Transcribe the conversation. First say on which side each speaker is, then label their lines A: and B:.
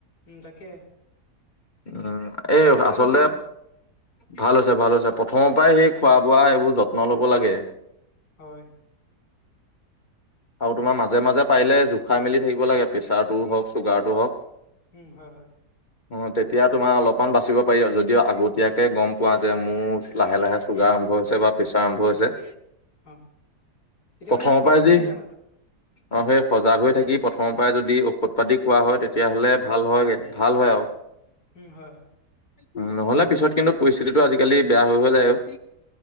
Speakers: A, on the left; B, on the left.
A: উম তাকে।
B: উম এই
A: এতিয়া ভাল
B: আচলতে
A: হৈছেগে ন
B: ভাল হৈছে, ভাল হৈছে প্ৰথমৰ পৰাই সেই খোৱা-বোৱা এইবোৰ যত্ন লব লাগে।।
A: হয়।
B: আৰু তোমাৰ মাজে-মাজে পাৰিলে জোখাই মেলি থাকিব লাগে, প্ৰেছাৰটোও হওক, চুগাৰটো হওক।
A: উম হয়, হয়।
B: অঁ তেতিয়া তোমাৰ অলপমান বাচিব পাৰি আও, যদিও আগতীয়াকৈ গম পোৱা যে মোৰ লাহে-লাহে চুগাৰ আৰম্ভ হৈছে বা পেছাৰ আৰম্ভ হৈছে।
A: অ তেতিয়া
B: প্ৰথমৰ
A: মানে সজাগ
B: পৰাই যি
A: হৈ থাকে মানুহটো।
B: অ সেই সজাগ হৈ থাকি প্ৰথমৰ পৰাই যদি ঔষধ-পাতি খোৱা হয় তেতিয়াহলে ভাল হয়গে ভাল হয় আও।
A: উম, হয়, হয়।
B: উ নহলে পিছত কিন্তু পৰিস্থিতিটো আজিকালি বেয়া হৈ হৈ যায় ঔ।